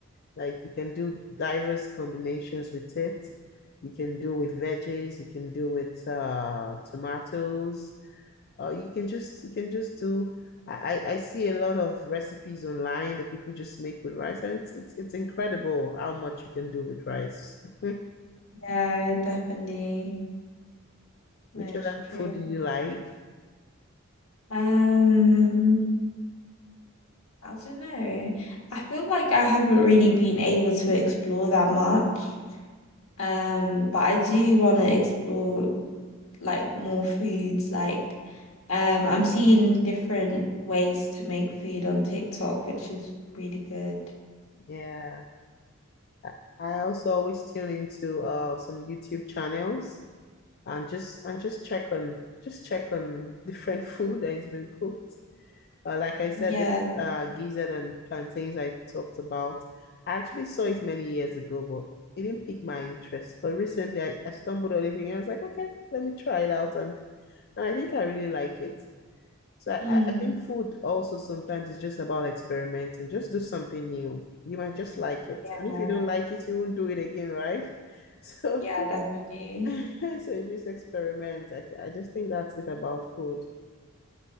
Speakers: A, on the left (about 50°); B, on the left (about 75°).
A: Like you can do diverse combinations with it. You can do with veggies, you can do with uh tomatoes, or you can just you can just do I, I I see a lot of recipes online that people just make with rice and it's it's it's incredible how much you can do with rice. <laughs>
B: Yeah, definitely.
A: Which
B: No, it's
A: other
B: true.
A: food do you like?
B: Um, I don't know. I feel like I haven't really been able to explore that much. Um, but I do want to explore like more foods. Like, um, I'm seeing different ways to make food on TikTok, which is really good.
A: Yeah, I I also always tune into uh some YouTube channels and just and just check on just check on <laughs> different food that has been cooked. Uh, like I said,
B: Yeah.
A: this uh, gizzard and plantains I talked about, I actually saw it many years ago, but it didn't pique my interest. But recently, I, I stumbled on it and I was like, okay, let me try it out, and and I think I really like it. So I,
B: Mm.
A: I think food also sometimes is just about experimenting. Just do something new. You might just like it,
B: Yeah.
A: and if you don't like it, you won't do it again, right? So,
B: Yeah, definitely.
A: <laughs> so just experiment. I, I just think that's it about food.